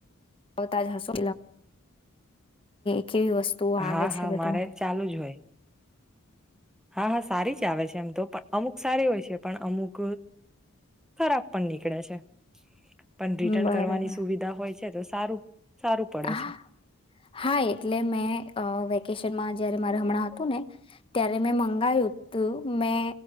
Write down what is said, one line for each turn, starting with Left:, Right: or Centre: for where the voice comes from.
Left: મંગાવતા જ હશો કે કેવી વસ્તુ આવે
Centre: હા
Left: છે
Centre: હા
Left: બધું.
Centre: મારે ચાલુ જ હોય. હા હા સારી જ આવે છે એમ તો પણ અમુક સારી હોય છે પણ અમુક ખરાબ પણ નીકળે છે. પણ રિટર્ન
Left: બરાબર
Centre: કરવાની સુવિધા હોય છે. તે જો સારું સારું પડે
Left: હા
Centre: છે
Left: હા એટલે મેં આ વેકેશનમાં જ્યારે મારે હમણાં હતું ને ત્યારે મેં મંગાયું તુ મેં